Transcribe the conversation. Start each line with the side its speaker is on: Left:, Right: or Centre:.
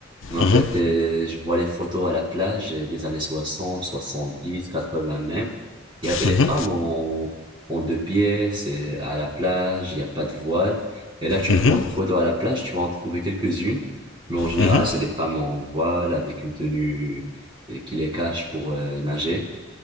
Right: Mais en
Left: Mhm,
Right: fait, euh, je vois les photos à la plage euh, des années soixante, soixante-dix, quatre 80 même. Il y avait les
Left: mhm,
Right: femmes en, en deux pièces euh, à la plage, il n'y a pas de voile. Et là, tu
Left: mhm,
Right: prends une photo à la plage, tu vas en trouver quelques-unes. Mais en général,
Left: mhm.
Right: c'est des femmes en voile avec une tenue euh, qui les cache pour euh, nager.